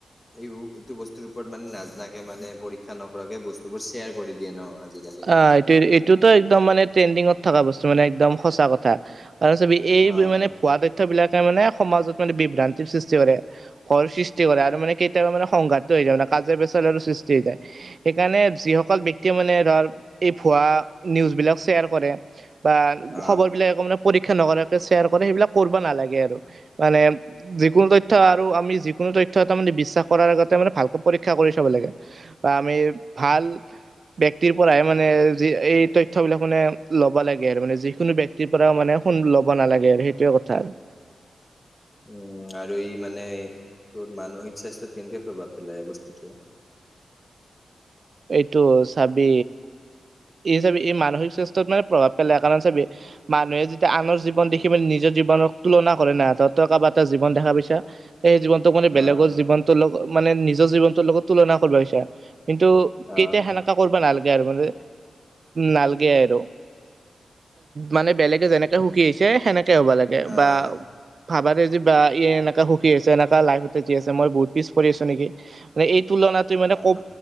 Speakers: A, on the left; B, on the right.
A: এইটো বস্তুৰ ওপৰত মানে নাজাকে মানে পৰীক্ষা নকৰাকে বস্তুবোৰ শ্বেয়াৰ কৰি দিয়ে ন আজিকালি
B: আহ এইটো এইটোতো একদম মানে ট্ৰেণ্ডিঙত থকা বস্তু মানে। একদম সঁচা কথা কাৰ চ এই
A: অ
B: মানে ভুৱা তথ্যবলাক তাৰ মানে সমাজত মানে বিভ্ৰান্তিৰ সৃষ্টি কৰে। ভয়ৰ সৃষ্টি কৰে আৰু মানে কেতিয়াবা মানে সংঘাতটো হৈ যান কাজে পেচাল সৃষ্টি হৈ যায়। সেইকাৰণে যিসকল এতিয়া মানে ধৰ এই ভুৱা নিউজ বিলাক শ্বেয়াৰ কৰে বা
A: অ
B: খবৰ বিলাক এক মানে নকৰাকে শ্বয়াৰ কৰে। সেইবিলাক কৰিব নালাগে আৰু মানে, যিকোনো তথ্য আৰু আমি যিকোনো ত তথ্য এটা বিশ্বাস কৰাৰ আগতে মান ভালকে পৰীক্ষা কৰি চব লাগে বা আমি ভাল ব্যক্তিৰ পৰাই মানে যি এই তথ্যয় বিলাক মানে ল'বা লাগে আৰু মানে যি কোনো ব্যক্তিৰ পৰা মানে শু ল'ব নালাগে আৰু সেইটোে কথা আৰু
A: উম আৰু ই মানে তোৰ মানসিক স্বাস্থ্যৰ কেন্তক প্ৰভাৱ পেলাই বস্তুটো
B: এইটো চাবি এই চাবি এই মানসিক স্বাস্থ্যত মানে প্ৰভাৱ পেলায়। কাৰণ চাপি মানুহে যেতিয়া আনৰ জীৱন দেখি মেলি নিজৰ জীৱনৰ তুলনা কৰে না। তহঁতৰ কাৰোবাৰ এটা জীৱন দেখা পাইছা সেই জীৱনটোোক মানে বেলেগৰ
A: আহ
B: জীৱনটোৰ লগত মানে নিজৰ জীৱনটোৰ লগত তুলনা কৰিবছ কিন্তু
A: আহ
B: কেতিয়া সেনেকা কৰিবা নালাগে আৰু মানে নালাগে আৰু মানে বেলেগে যেনেকে সুখী আহিছে সেনেকে হ'ব লাগে।
A: আহ
B: বা ভাবা য বা এনেকা সুখী আছে এনেকা লাইফতে যি আছে মই বহুত পিছ পৰি আছো নেকি মানে এই তুলনা মানে
A: আহ
B: কম